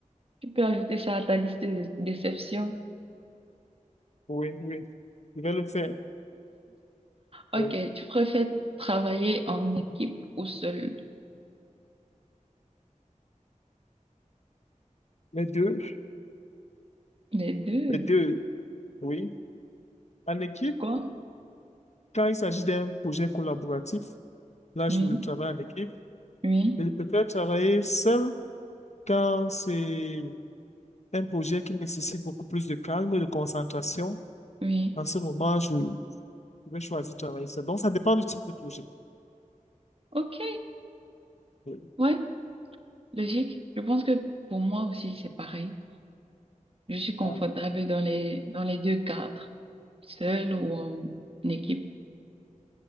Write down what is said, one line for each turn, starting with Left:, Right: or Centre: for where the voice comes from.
Right: tu peux ajouter ça à ta liste de déceptions.
Left: Oui, oui, je vais le faire.
Right: Ok,
Left: Oui.
Right: tu préfères travailler en équipe ou seul?
Left: Les deux,
Right: Les deux.
Left: les deux, oui. En équipe,
Right: Pourquoi?
Left: quand il s'agit d'un projet collaboratif, Là,
Right: Oui,
Left: je ne travaille en équipe.
Right: oui,
Left: Et je préfère travailler seul quand c'est un projet qui nécessite beaucoup plus de calme et de concentration.
Right: oui.
Left: En ce moment, je, je vais choisir de travailler seul. Donc, ça dépend du type de projet.
Right: Ok,
Left: Oui,
Right: ouais, logique. Je pense que pour moi aussi, c'est pareil. Je suis confortable
Left: voilà.
Right: dans les, dans les deux cadres, seul ou en équipe.